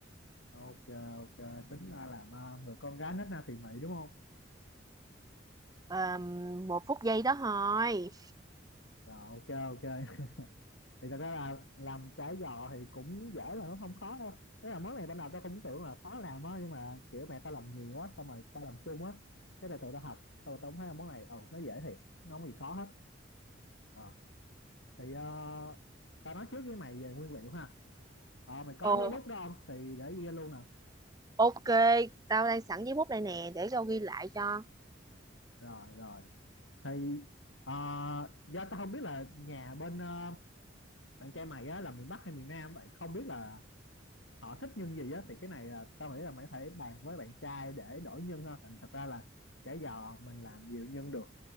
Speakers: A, on the left (about 75°); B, on the right (about 20°).
A: ok ok tính ra làm ờ, người con gái nết na thì mị đúng không
B: Ờm, một phút giây đó thôi.
A: rồi ok ok <laughs> thì thật ra là làm chả giò thì cũng dễ là nó không khó đâu tức là món này ban đầu tao cũng tưởng là khó làm á nhưng mà kiểu mẹ tao làm nhiều quá xong rồi tao làm chung á cái là tụi tao học xong tao cũng thấy là món này ừ nó dễ thiệt nó không gì khó hết Ờ, thì ờ, tao nói trước với mày về nguyên liệu ha Ờ, mày có
B: Ồ,
A: giấy bút đó không thì để ghi luôn nè
B: ok, tao đang sẵn giấy bút đây nè để tao ghi lại cho.
A: rồi rồi thì ờ, do tao không biết là nhà bên ờ, bạn trai mày á là miền Bắc hay miền Nam vậy không biết là họ thích nhân gì á thì cái này là tao nghĩ là mày có thể bàn với bạn trai để đổi nhân ha tại vì thật ra là chả giò mình làm nhiều nhân được